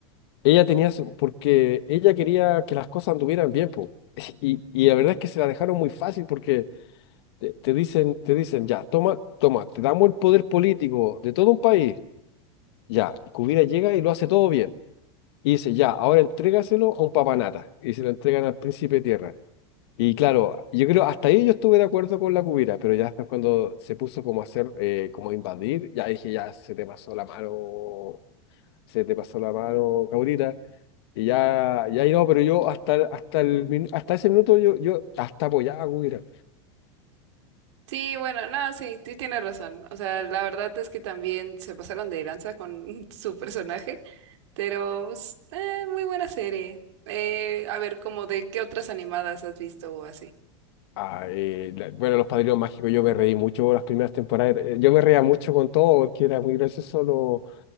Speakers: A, on the left; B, on the right.
A: ella tenía, su- porque ella quería que las cosas anduvieran bien, po. <laughs> Y, y la verdad es que se la dejaron muy fácil porque te, te dicen, te dicen, ya, toma, toma, te damos el poder político de todo un país, ya, y Cubira llega y lo hace todo bien. Y dice, ya, ahora entrégaselo a un papanata. Y se lo entregan al príncipe de tierra. Y claro, yo creo, hasta ahí yo estuve de acuerdo con la cubira, pero ya después cuando se puso como a hacer, eh, como a invadir, ya dije, ya se te pasó la mano, se te pasó la mano, caudita, y ya, ya ahí no, pero yo hasta, hasta, el, min- hasta ese minuto yo, yo hasta apoyaba a cubira.
B: Sí, bueno, no, sí, sí tienes razón. O sea, la verdad es que también se pasaron de lanza con <laughs> su personaje, pero pues, eh, muy buena serie. Eh, a ver, como de qué otras animadas has visto o así.
A: Ah, eh, la- bueno, Los Padrinos Mágicos, yo me reí mucho las primeras temporadas, eh, yo me reía mucho con todo, porque era muy gracioso, lo,